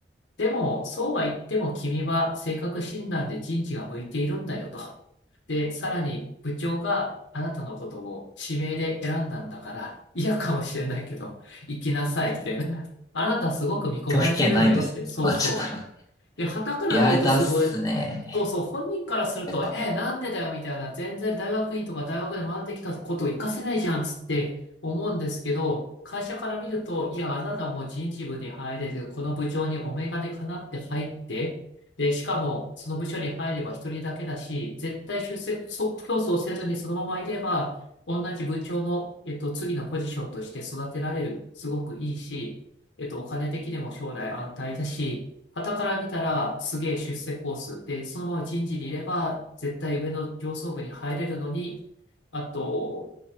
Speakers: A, on the left; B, on the left.
A: でも、そうは言っても君は性格診断で人事が向いているんだよと。で、さらに部長があなたのことを指名で選んだんだから、嫌かもしれないけど、行きなさい、みたいな。あなたすごく見込まれてるのよって、
B: 拒否権ないんですね。そうなっちゃったら。
A: そうそう。で、傍から見るとすごい、
B: いや、だっすね。
A: そうそう、本人からすると、
B: では
A: え、なんでだよみたいな、全然大学院とか大学で学んできたことを活かせないじゃんつって思うんですけど、会社から見ると、いや、あなたもう人事部に入れて、この部長にお眼鏡かなって入って、で、しかも、その部署に入れば一人だけだし、絶対出世競争せずにそのままいれば、同じ部長の、えっと、次のポジションとして育てられる。すごくいいし、えっと、お金的にも将来安泰だし、傍から見たらすげえ出世コースで、そのまま人事にいれば絶対上の上層部に入れるのに、あと、